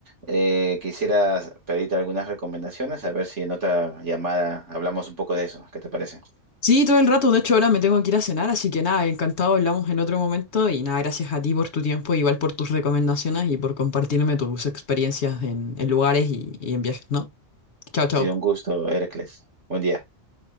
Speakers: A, on the right; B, on the left.
A: eh, quisiera pedirte algunas recomendaciones, a ver si en otra llamada hablamos un poco de eso, ¿qué te parece? Ha
B: Sí, todo el rato, de hecho ahora me tengo que ir a cenar, así que nada, encantado, hablamos en otro momento y nada, gracias a ti por tu tiempo, igual por tus recomendaciones y por compartirme tus experiencias en, en lugares y, y en viajes, ¿no? Chao, chao.
A: sido un gusto, Heracles. Buen día.